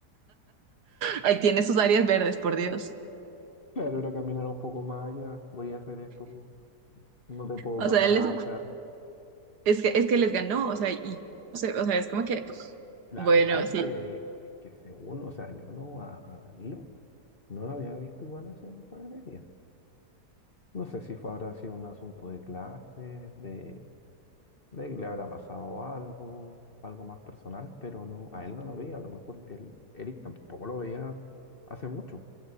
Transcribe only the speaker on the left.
Claro, era caminar un poco más allá. Voy a hacer esto, no te puedo
pasar
a
buscar.
La
verdad es
que, es que según, o sea, yo no a, a Danilo no lo había visto igual hace un par de días. No sé si fue, habrá sido un asunto de clase, de, de que le habrá pasado algo, algo más personal, pero no, a él no lo veía, a lo mejor el Eric tampoco lo veía hace mucho.